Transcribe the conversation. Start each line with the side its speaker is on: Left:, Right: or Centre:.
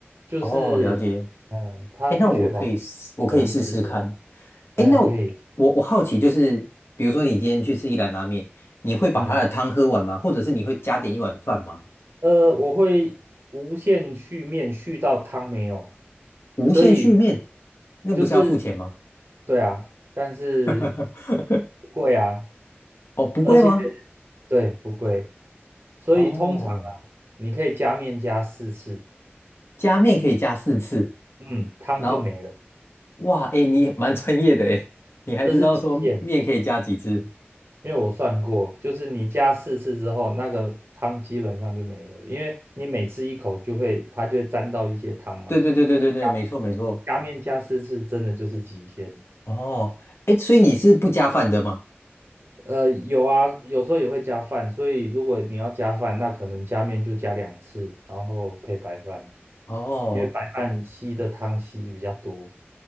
Right: 就是嗯，
Left: 哦，了解。
Right: 它会确保是能吃的，
Left: 哎，那我可以试，我可以试试看。
Right: 哎，
Left: 哎，那我我我好奇就是，
Right: 可以，
Left: 比如说你今天去吃一兰拉面，你会把它的汤喝完吗？
Right: 嗯，
Left: 或者是你会加点一碗饭吗？
Right: 呃，我会无限续面续到汤没有，
Left: 无限续面，
Right: 所以
Left: 那不是要付钱吗？
Right: 就是对啊，但是
Left: <laughs>
Right: 不贵啊，
Left: 哦，不贵吗？
Right: 而且对不贵，所以通常啊，
Left: 哦，
Right: 你可以加面加四次，
Left: 加面可以加四次，
Right: 嗯，汤就没了，
Left: 然后哇，哎，你蛮专业的哎，你还知道说面可以加几次？
Right: 这是极限。因为我算过，就是你加四次之后，那个汤基本上就没了，因为你每次一口就会，它就会沾到一些汤嘛，
Left: 对对对对对对，
Right: 所以加
Left: 没错没错。
Right: 加面加四次真的就是极限。
Left: 哦，哎，所以你是不加饭的吗？
Right: 呃，有啊，有时候也会加饭，所以如果你要加饭，那可能加面就加两次，然后配白饭，
Left: 哦，
Right: 因为白饭吸的汤吸比较多，